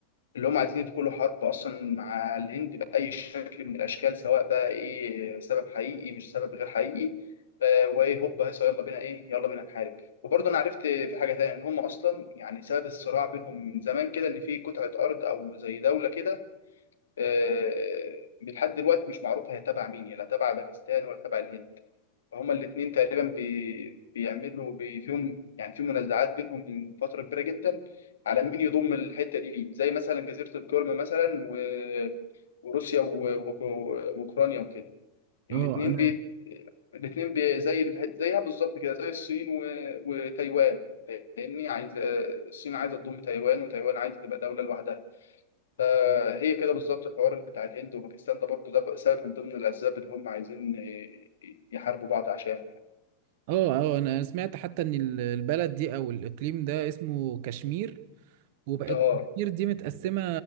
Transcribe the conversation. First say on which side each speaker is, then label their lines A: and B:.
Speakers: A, on the left; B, on the right.
A: اللي هم عايزين يدخلوا حرب اصلا مع الهند باي شكل من الاشكال سواء بقى ايه سبب حقيقي مش سبب غير حقيقي ف- وايه هوب هيصة يلا بينا ايه يلا بينا نحارب وبرضه انا عرفت في حاجه تانية ان هم اصلا يعني سبب الصراع بينهم من زمان كده ان في قطعه ارض او زي دوله كده آه، لحد دلوقتي مش معروفه هي تبع مين لا تبع باكستان ولا تبع الهند هما الاثنين تقريبا بي... بيعملوا بي... فيهم يعني في منازعات بينهم من فتره كبيره جدا على مين يضم الحته دي ليه زي مثلا جزيره القرم مثلا و... وروسيا و... و... واوكرانيا وكده الاثنين
B: اه انا
A: بي... الاثنين بي... زي الح- زيها بالظبط كده زي الصين و... وتايوان فاهمني عايز الصين عايزه تضم تايوان وتايوان عايزه تبقى دوله لوحدها فهي كده بالظبط الحوار اللي بتاع الهند وباكستان ده برضه ده سبب من ضمن الاسباب اللي هم عايزين ي- يحاربوا بعض عشان
B: اه اه انا سمعت حتى ان ال- البلد دي او الاقليم ده اسمه كشمير وبقت
A: اه
B: كشمير دي متقسمة